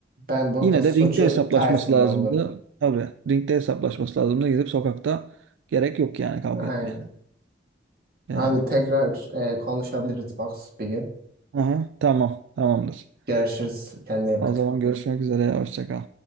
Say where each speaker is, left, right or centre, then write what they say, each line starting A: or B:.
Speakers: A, on the right (about 50°); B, on the right (about 75°).
A: Ben burada
B: yine
A: suçu
B: de ringde hesaplaşması
A: Tyson'da
B: lazımdı.
A: bulurum.
B: Tabii ringde hesaplaşması lazımdı. Gidip sokakta gerek yok yani kavga
A: Aynen.
B: etmeye. Yani.
A: Abi tekrar e, konuşabiliriz box bir gün.
B: Aha, tamam tamamdır.
A: Görüşürüz. Kendine iyi
B: O
A: bak.
B: zaman görüşmek üzere. Hoşça kal.